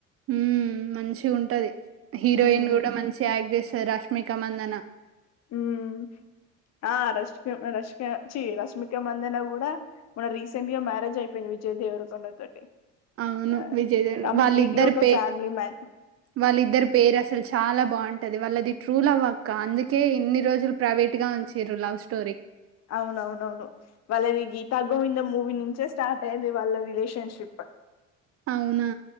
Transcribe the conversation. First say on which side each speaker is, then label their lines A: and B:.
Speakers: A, on the right; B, on the left.
A: హూ మంచి ఉంటాది హీరోయిన్
B: మ్మ్
A: కూడా మంచి యాక్ట్ చేస్తాది రష్మిక మందన.
B: హ్మ్. ఆ రష్ రష్ చీ రష్మిక మందన కూడా మన రీసెంట్ గా మ్యారేజ్ అయిపోయింది. విజయ్ దేవరుకొండ తోటి.
A: అవును
B: ఆ
A: విజయ్
B: కంప్లీట్
A: వాళ్ళిద్దరి
B: గా ఒక
A: పే.
B: ఫ్యామిలీ మ్యాన్
A: వాళ్ళిద్దరు పెయిర్ అసలు చాలా బాగుంటా. ది వాళ్ళది ట్రూ లవ్ అక్క అందుకే ఇన్ని రోజులు ప్రైవేట్ గా ఉంచిరు లవ్ స్టోరీ.
B: అవును అవును అవును వాళ్ళది గీతా గోవింద మూవీ నుంచే స్టార్ట్ అయింది వాళ్ళ రిలేషన్ షిప్.
A: అవున.